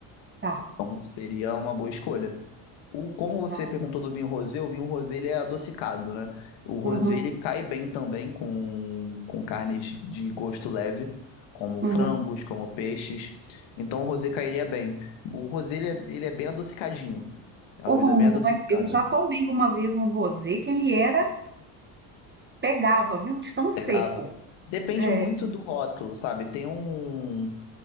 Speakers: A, on the right (about 25°); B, on the left (about 70°).
A: tá,
B: Seria uma boa escolha. O, como você
A: tá.
B: perguntou do vinho rosé, o vinho rosé ele é adocicado, né? O rosé
A: Aham,
B: ele cai bem também com, com carnes de gosto leve, como frangos,
A: aham.
B: como peixes. Então o rosé cairia bem. O rosé ele é, ele é bem adocicadinho. É uma
A: Ô,
B: bebida
A: Rômulo,
B: bem adocicada.
A: mas eu já tomei uma vez um rosé que ele era, pegava, viu? De tão seco.
B: Pegava. Depende
A: É,
B: muito do rótulo, sabe? Tem um